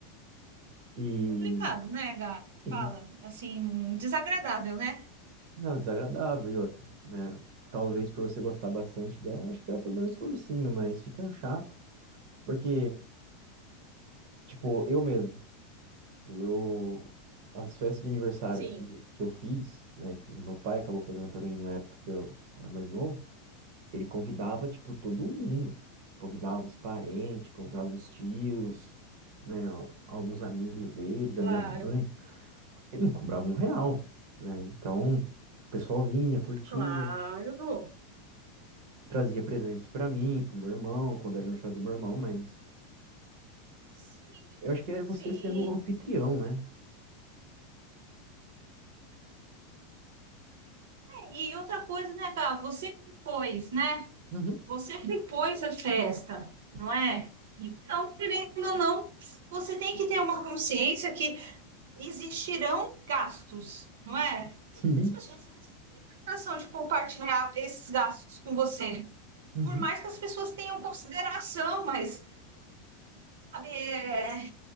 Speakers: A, on the right; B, on the right.
A: E,
B: Complicado, né, Gá?
A: sim,
B: Fala, assim, desagradável, né?
A: Não, desagradável e outra, né? Talvez por você gostar bastante dela, acho que você vai fazer um esforcinho, mas fica chato. Porque, tipo, eu mesmo, eu. As festas de aniversário
B: Sim,
A: que, que eu fiz, né? Que meu pai acabou fazendo pra mim na época que eu era mais novo, ele convidava, tipo, todo mundo. Convidava os parentes, convidava os tios, né? Alguns amigos dele, da
B: claro,
A: minha mãe. Ele não cobrava um real, né? Então, o pessoal vinha, curtia.
B: claro.
A: Trazia presentes pra mim, pro meu irmão, quando era no aniversário do meu irmão, mas
B: Sim,
A: eu acho que é
B: sim.
A: você sendo o anfitrião, né?
B: E outra coisa, né, Gá? Você que né?
A: Uhum,
B: Você que pôs a festa, não é? Então, querendo ou não, você tem que ter uma consciência que existirão gastos, não é?
A: sim.
B: As pessoas não têm obrigação de compartilhar esses gastos com você.
A: Uhum.
B: Por mais que as pessoas tenham consideração, mas Sabe, é,